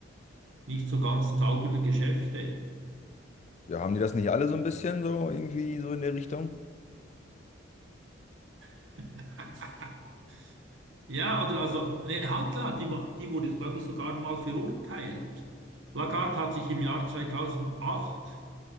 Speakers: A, on the right; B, on the left.
A: nicht so ganz sauberer Geschäfte.
B: Ja, haben die das nicht alle so ein bisschen so irgendwie so in der Richtung?
A: <laughs> Ja, oder also, nee, halt klar, die, wa- die wurde, glaube ich, sogar mal verurteilt. Lagarde hat sich im Jahr 2008